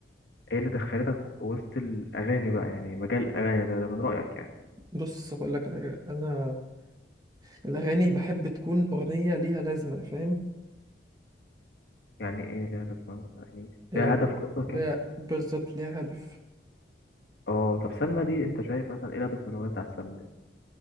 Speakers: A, on the left; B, on the right.
A: هي اللي دخلتك وسط الاغاني بقى يعني مجال الاغاني ده ده من رايك يعني
B: بص هقول لك على حاجه انا الاغاني بحب تكون اغنيه ليها لازمه فاهم
A: يعني ايه ليها لازمه يعني
B: يعني
A: ليها هدف قصدك
B: لا
A: يعني
B: بالظبط ليها هدف
A: اه طب سلمى دي انت شايف مثلا ايه الهدف من الاغنيه بتاعت سلمى